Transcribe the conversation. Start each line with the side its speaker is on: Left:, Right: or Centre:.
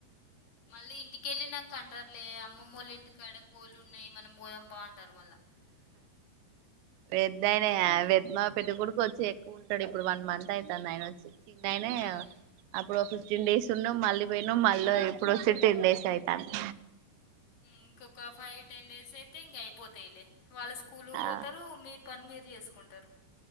Left: మళ్ళీ ఇంటికెళ్ళినాక అంటారులే అమ్మమ్మ వాళ్ ఇంటికాడ కోళ్ళు ఉన్నాయి మనం బోధంపా అంటారు మళ్ళా
Right: పెద్దయినా వ్ పెద్ద కోడుకు వచ్చి ఎక్కువ ఉంటాడు ఇప్పుడు వన్ మంత్ అయితాంది ఆయన వచ్చి చిన్నైనే
Left: అవును
Right: అప్పుడు ఒ ఫిఫ్టీన్ డేస్ ఉన్నం మళ్ళీ పోయినాం మళ్ళీ ఇప్పుడు వచ్చి టెన్ డేస్ అయితాంది
Left: ఇంకొక ఫైవ్ టెన్ డేస్ అయితే ఇంగ అయిపోతాయిలే వాళ్ళు స్కూల్
Right: ఆ
Left: పోతారు మీర్ పని మీరు చేసుకుంటారు